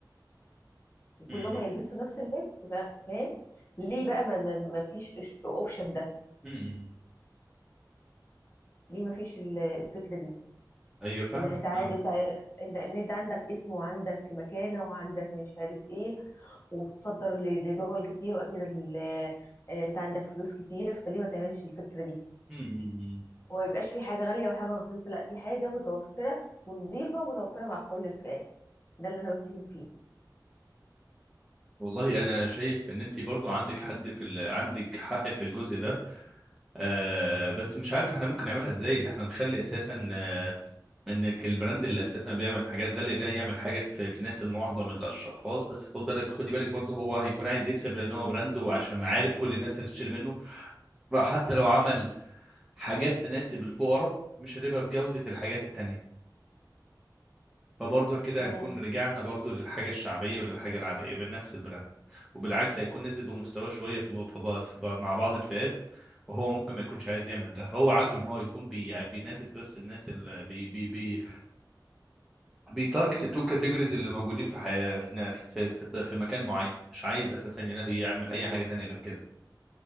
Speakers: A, on the left; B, in the centre.
A: وكلهم
B: امم
A: هيلبسوا نفس اللبس فا- فاهم ليه بقى ما ما ما فيش اوبشن ده
B: امم
A: ليه ما فيش ال- الفكرة دي
B: ايوه فاهمك
A: ان انت عادي
B: فاهمك
A: انت ان إن انت عندك اسم وعندك مكانه وعندك مش عارف ايه وتصدر ل- لدول كتير واكيد ال- آه، انت عندك فلوس كتير فليه ما تعملش الفكره دي
B: مم.
A: وما يبقاش في حاجه غاليه وحاجه رخيصه لا في حاجه متوفره ونظيفه ومتوفره مع كل الفئات ده اللي انا بتكلم فيه
B: والله انا شايف ان انت برضو عندك حد في ال... عندك حق في الجزء ده آه بس مش عارف احنا ممكن نعملها ازاي ان احنا نخلي اساسا آه انك البراند اللي اساسا بيعمل الحاجات غالية ده يعمل حاجة ت- تناسب معظم الاشخاص بس خد بالك خدي بالك برضو هو هيكون عايز يكسب لان هو براند وعشان عارف كل الناس اللي تشتري منه فحتى لو عمل حاجات تناسب الفقراء مش هتبقى بجودة الحاجات التانية فبرضه كده
A: مم.
B: هنكون رجعنا برضه للحاجة الشعبية وللحاجة العادية بنفس البراند وبالعكس هيكون نزل بمستوى شوية في في- في- مع بعض الفئات وهو ممكن ما يكونش عايز يعمل ده هو عاجبه ان هو يكون بي... يعني بينافس بس الناس اللي بي... بي... بي... بيتارجت التوب كاتيجوريز اللي موجودين في حياة في... في... في... في مكان معين مش عايز اساسا ينا- يعمل اي حاجة تانية غير كده